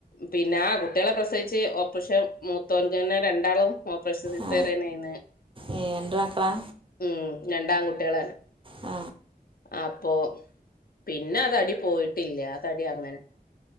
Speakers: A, on the left (about 65°); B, on the right (about 35°).
A: പിന്നെ ആ കുട്ടികളെ പ്രസവിച്ച് ഒപ്പറഷം മൂത്തോ ന്റെനെരണ്ടാളും ഓപ്പറേഷൻസിസിസേറിയനായിനി
B: ആ ഏ രണ്ട് മക്കളാ
A: ഉം രണ്ട് ആൺ കുട്ടിയോളെ
B: ആ
A: അപ്പൊ പിന്നെ അതടി പോയിട്ടില്ലേ അതടി അങ്ങനെ